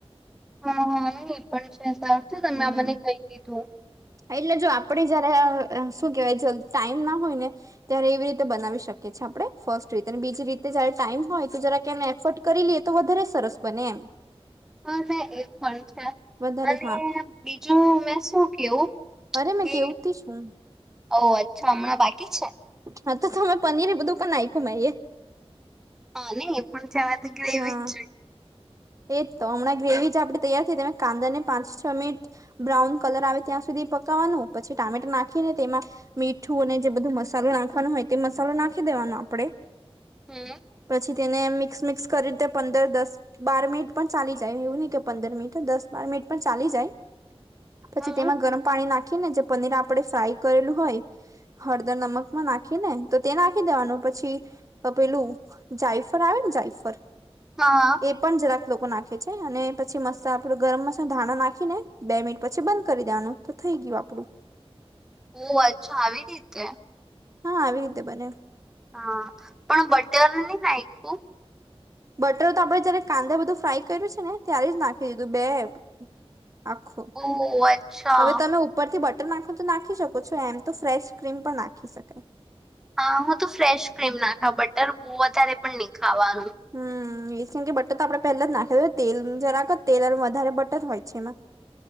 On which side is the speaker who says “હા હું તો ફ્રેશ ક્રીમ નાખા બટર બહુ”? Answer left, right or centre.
Centre